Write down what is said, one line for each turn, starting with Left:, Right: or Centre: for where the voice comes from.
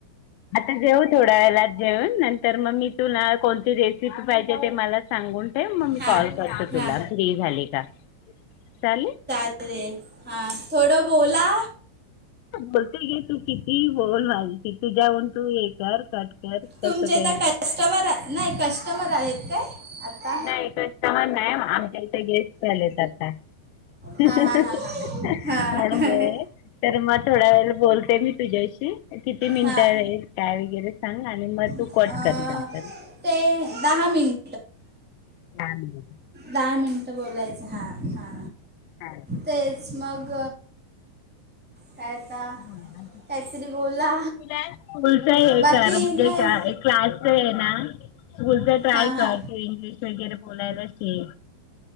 Left: आता जेऊ थोड्या वेलाात जेऊन नंतर मग मी तुला कोणती रेसिपी पाहिजे ते मला सांगून ते मग मी
Centre: हां
Left: कॉल करतो
Centre: हां
Left: तुला फ्री झाली का चालेल?
Centre: <inaudible> हा थोडं बोला.
Left: बोलते गे तू किती बोल मालते तुझ्यावरून तू हे कर. कर
Centre: तुमचेइता
Left: कसं काही
Centre: कस्टमर आहे नाही कस्टमर आहेत काय आता?
Left: नाही कस्टमर नाही आमच्या इथे गेस्ट आलेतल आता. <unintelligible>
Centre: हा हा हा हा
Left: म्हणून
Centre: हा
Left: तर मग थोड्या वेळ बोलते मी तुझ्याशी. किती मिनिटंल
Centre: हा
Left: काय वगैरे सांग आणि मग तू
Centre: अं,
Left: कट कर नंतर.
Centre: ते दहा मिनिट.
Left: <inaudible>
Centre: दहा मिनिटं बोलायचं हा हा
Left: हां
Centre: तेच मग काय आता
Left: बो आ
Centre: काहीतरी बोला
Left: तुला स्कूलच आहे
Centre: बाकी
Left: कर म्हणजे
Centre: नाही
Left: क्लासच आहे ना बुलता ट्राय
Centre: हा हा
Left: कर तू इंग्लिश वगैरे बोलायलाच ये